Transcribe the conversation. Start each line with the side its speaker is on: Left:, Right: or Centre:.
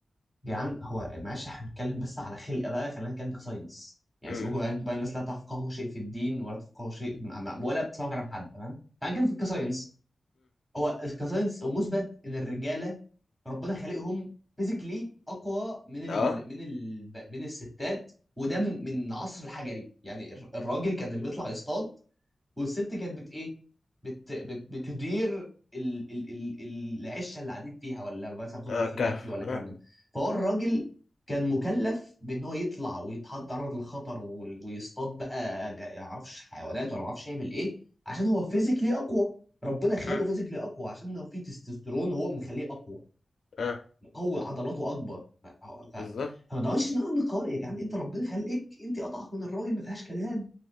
Centre: جدعان هو معلش احنا بنتكلم بس على خلق بقى خلينا نتكلم كساينس يعني
Left: <clears throat>
Centre: سيبكم بقى انتوا بقى الناس لا تفقهوا شيء في الدين ولا تفقهوا شيء ولا بتسمعوا كلام حد تمام تعال نتكلم في الكساينس هو كساينس هو مثبت ان الرجاله ربنا خالقهم فيزيكلي اقوى من ال
Left: اه
Centre: من ال من الستات وده من من عصر الحجري يعني الر- الراجل كان اللي بيطلع يصطاد والست كانت بت ايه بت بت بتدير ال ال ال العشه اللي قاعدين فيها ولا مثلا بتطبخ
Left: اه كهف
Centre: الاكل ولا
Left: اه
Centre: كلام من ده فهو الراجل كان مكلف بان هو يطلع ويتعرض للخطر وال- ويصطاد بقى غ- يعرفش حيوانات ولا معرفش يعمل ايه عشان هو فيزيكلي اقوى ربنا خلقه
Left: مم.
Centre: فيزيكلي اقوى عشان هو فيه تستوستيرون هو مخليه اقوى
Left: اه
Centre: مقوي عضلاته اكبر ف...
Left: بالظبط
Centre: ف... فما تقعدش نقعد نقار يا جدعان انت ربنا خلقك انت اضعف من الراجل ما فيهاش كلام